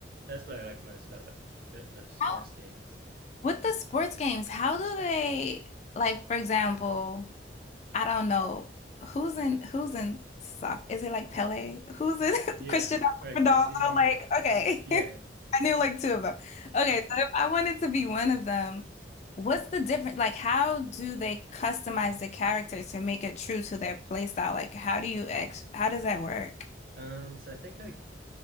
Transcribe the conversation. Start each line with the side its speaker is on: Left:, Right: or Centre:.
Right: that's what I like most about like the, the sports
Left: How
Right: games.
Left: with the sports games, how do they like for example I don't know who's in who's in sock. Is it like Pele? Who's in <laughs>
Right: Yeah,
Left: Cristiano
Right: or like
Left: Ronaldo?
Right: Messi.
Left: Like, okay.
Right: Yeah.
Left: <laughs> I knew like two of them. Okay, so if I wanted to be one of them, what's the difference? Like, how do they customize the character to make it true to their play style? Like, how do you ex how does that work?
Right: Um. So I think like